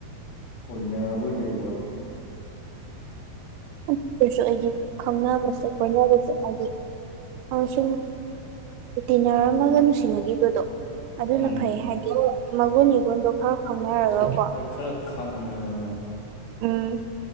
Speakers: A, on the left; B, on the right.
A: ꯑꯣꯏꯅꯕꯣꯏ ꯀꯩꯕꯣꯏ
B: ꯑꯗꯨꯁꯨ ꯑꯩꯗꯤ ꯈꯪꯅꯕꯁꯦ ꯀꯣꯏꯅꯕꯁꯦ ꯍꯥꯏꯗꯤ ꯑꯃꯁꯨꯡ ꯇꯤꯟꯅꯔꯝꯃꯒ ꯅꯨꯡꯁꯤꯅꯈꯤꯕꯗꯣ ꯑꯗꯨꯅ
A: ꯎꯝ
B: ꯐꯩ ꯍꯥꯏꯗꯤ ꯃꯒꯨꯟ ꯏꯒꯨꯟꯗꯣ ꯈꯔ ꯈꯪꯅꯔꯒꯀꯣ
A: ꯍꯣꯏ ꯈꯔ ꯈꯪꯉꯤꯗꯅ ꯑꯗꯨꯅꯥ
B: ꯎꯝ